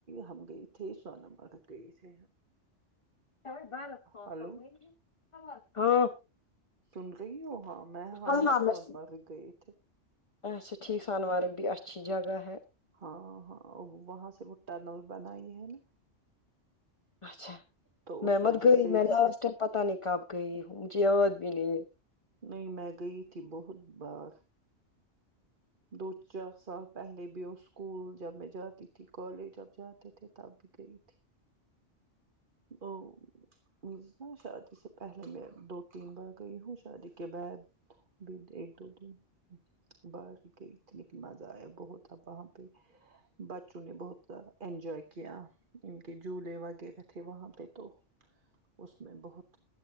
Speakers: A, on the right; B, on the left.
A: ہم گئے تھی سون مرگ گئے تھے
B: ہاں
A: ہلو
B: <unintelligible>
A: سن رہی ہوں ہاں میں ہم
B: ہاں
A: نا
B: ہاں
A: سون
B: بس
A: مرگ گئے تھے
B: اچھا ٹھیک سون مرگ بھی اچھی جگہ ہے
A: ہاں ہاں وہاں سے وہ ٹنل بنائی ہے نا
B: اچھا
A: تو
B: میں
A: اس وجہ
B: مت گئی
A: سے
B: میں لاسٹ ٹائم پتا نہیں کب گئی ہوں مجھے یاد بھی نہیں
A: نہیں میں گئی تھی بہت بار دو چار سال پہلے بھی وہ اسکول جب میں جاتی تھی کالج جب جاتے تھے تب گئی تھی او زو شادی سے پہلے میں دو تین بار گئی ہوں شادی کے بعد بھی ایک دو تین بار کتنا کی مزہ آیا بہت اب وہاں پہ بچوں نے بہت زیادہ انجوائے کیا کیوں کےجھولے وغیرہ تھے وہاں پہ تو اس میں بہت